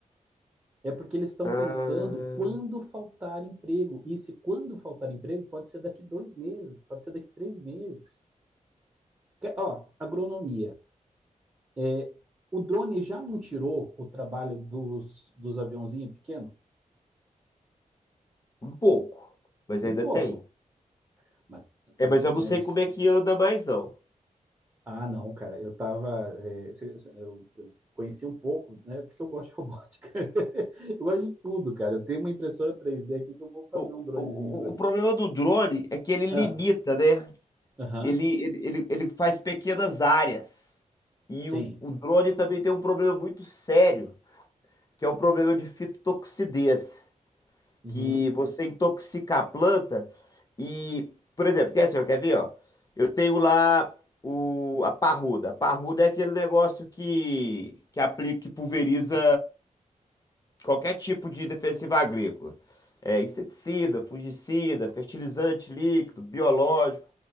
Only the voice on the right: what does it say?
É porque eles estão
pensando quando faltar emprego. E se quando faltar emprego, pode ser daqui dois meses, pode ser daqui três meses. Ó, agronomia. É, o drone já não tirou o trabalho dos, dos aviãozinhos pequenos?
Um
pouco.
Mas,
mas-
ah, não, cara, eu tava. é, eu, eu conheci um pouco, né? Porque eu gosto de robótica. <laughs> Eu gosto de tudo, cara. Eu tenho uma impressora 3D aqui que eu vou fazer
um dronezinho
para mim.
Ah,
aham,
sim.
Uhum.